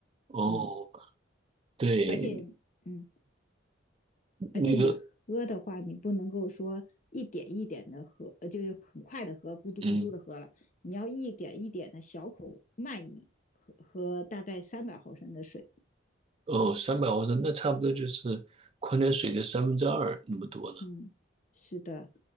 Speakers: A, on the right; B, on the left.
A: 哦，
B: 嗯，
A: 对，
B: 而且嗯，而且你喝的话，
A: 那个，
B: 你不能够说一点一点的喝，呃就是很快的喝，咕嘟咕嘟的喝了，
A: 嗯，
B: 你要一点一点的小口慢饮，喝喝大概三百毫升的水。
A: 哦，三百毫升，那差不多就是矿泉水的三分之二那么多了。
B: 嗯，是的。